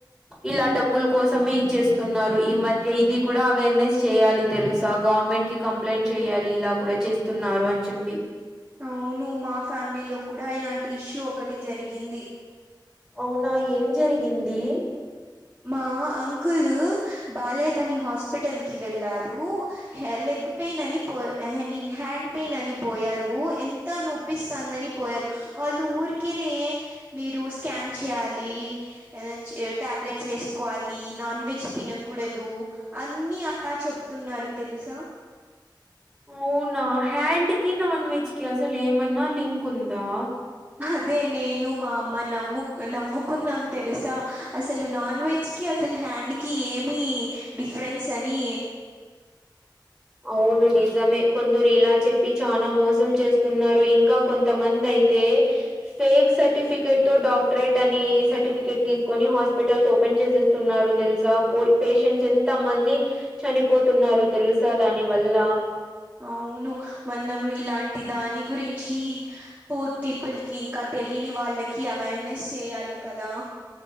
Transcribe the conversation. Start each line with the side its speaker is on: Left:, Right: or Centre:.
Centre: ఇలా డబ్బుల కోసమే ఇచ్చేస్త తున్నారు ఈ మధ్య ఇది కూడా అవేర్నెస్ చేయాలి తెలుసా గవర్నమెంట్ కి కంప్లైంట్ చెయాలి ఇలా కూడా చేస్తున్నారు అని చెప్పి
Right: అవును మా ఫ్యామిలీ లో కూడా ఇలాంటి ఇష్యూ ఒకటి జరిగింది
Centre: అవునా ఏం జరిగింది
Right: మా అంకులు బాలేదని హాస్పిటల్కి వెళ్ళారు హ లెగ్ పెయిన్ అని పో ఐ మీన్ హ్యాండ్ పెయిన్ అని పోయారు ఎన్ త నొప్పిస్తందని పోయారు వాళ్ళు ఊరికనే మీరు స్కాన్ చేయాలి ఏల్ చ్ టాబ్లెట్ ట్స్ వేసుకోవాలి నాన్ వెజ్ తినకూడదు అన్ని అలా చెప్తున్నారు తెలుసా
Centre: అవునా హ్యాండ్ కి నాన్ వెజ్ కి అసలు ఏమన్నా లింక్ ఉందా
Right: అదే నేను మా అమ్మ నమ్ము నవ్వుకున్నాం తెలుసా అసలు నాన్ వెజ్ కి అసలు హ్యాండ్ కి ఏమి డిఫరెన్స్ అని
Centre: అవును నిజమే కొందరు ఇలా చెప్పి చానా మోసం చేస్తున్నారు ఇంకా కొంతమంది అయి తే ఫేక్ సర్టిఫికెట్ తో డాక్టరేట్ అని సర్టిఫికెట్ తీసుకొని హాస్పిటల్స్ ఓపెన్ చేసే తున్నారు తెలుసా పేషెంట్స్ ఎంత మంది చనిపోతున్నారు తెలు సా దాని వల్ల
Right: అవును మనం ఇలాంటి దాని గురించి పూర్ పీపుల్ కి ఇంకా తెలియని వాళ్ళకి అవేర్నెస్ చెయాలి కదా